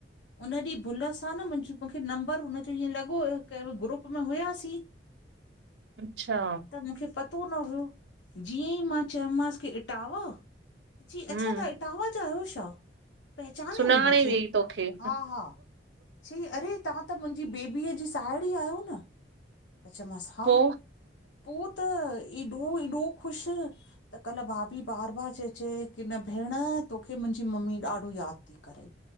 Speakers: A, on the left; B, on the right.
A: हुन ॾींं भुल सां न मुंहिंज मूंखे। नम्बर हुनजो ईएं ल फोन कयो ग्रुप में हुयासी।
B: अच्छा।
A: त मूंखे पतो न हुयो जीअं ई मां चयोमांस की इटाव जी
B: हम्म।
A: अच्छा तां इटांवा जा आहयो छा? पहचाने
B: सुञाणे
A: वई मूंखे
B: हुई तोखे
A: हा हा चैं अरे तव्हां त मुंहिंजी बेबी अ जी साहेड़ी आहयो न चयो मां स हा
B: पो?
A: पो त एॾो एॾो ख़ुश त कल्ह भाभी बार बार चए चए की न भेण तोखे मुंहिंजी मम्मी ॾाढो याद करे